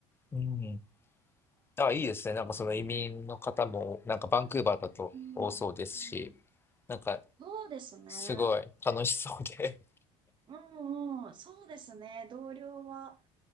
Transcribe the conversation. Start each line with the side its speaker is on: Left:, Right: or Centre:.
Left: うんあ、いいですね。なんかその移民の方も、
Right: うん
Left: なんかバンクーバーだと多そうですし、
Right: うん、うん、
Left: なんか
Right: そうですね。
Left: すごい楽しそうで。
Right: うんうん、そうですね。同僚は、